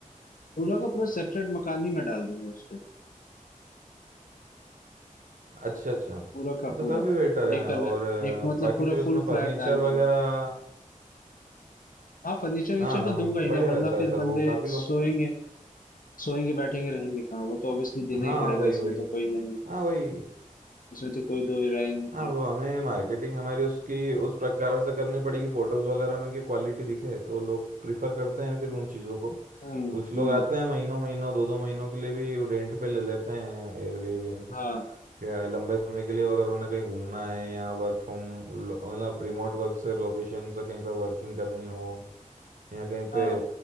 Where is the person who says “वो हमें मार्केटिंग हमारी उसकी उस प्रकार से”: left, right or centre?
Right